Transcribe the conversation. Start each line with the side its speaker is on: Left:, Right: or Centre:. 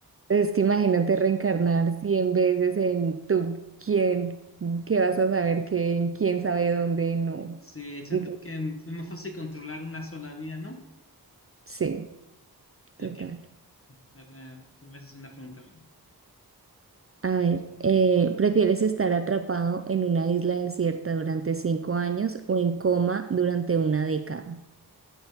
Right: Entonces, es que imagínate reencarnar cien veces en tú, quién, qué vas a saber, qué en quién sabe dónde, no.
Left: mm, sí, siento
Right: Digo,
Left: que es más fácil controlar una sola vida, ¿no?
Right: Sí, total.
Left: Ok. Ahora, tú me haces una pregunta a mí.
Right: A ver, eh, ¿prefieres estar atrapado en una isla desierta durante cinco años o en coma durante una década?